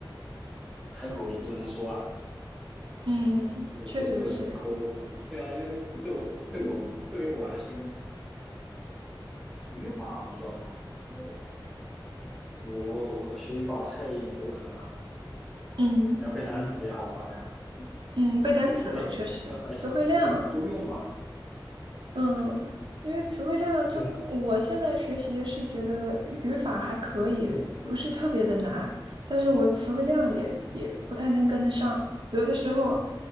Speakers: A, in the centre; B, on the right.
A: 开口也就能说了。
B: 嗯，
A: 我觉得这个口呃对啊，
B: 确实是。
A: 因为对我对我对于我来说，语法比较难，因为我我我学语法太头疼了，
B: 嗯
A: 要背单词也好烦呀、啊
B: 嗯，背单词也确实，
A: 我觉得还是嗯多用吧。
B: 词汇量嗯，因为词汇量就我现在学习是觉得语法还可以，
A: 对啊，
B: 不是特别的难，
A: 嗯嗯
B: 但是我词汇量也也不太能跟得上，有的时候